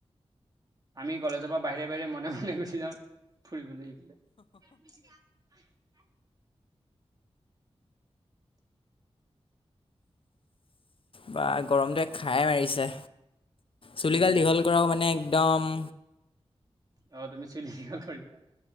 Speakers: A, on the right; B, on the left.
A: আমি কলেজৰ পৰা বাহিৰে বাহিৰে মনে মনে গুচি যাওঁ ফুৰিবলৈ। <inaudible>
B: বা গৰমটোয়ে খাই মাৰিছে চুলিগাল
A: উম।
B: দীঘল কৰাও মানে। দম।
A: অ তুমি চুলি কিয় কৰিছা?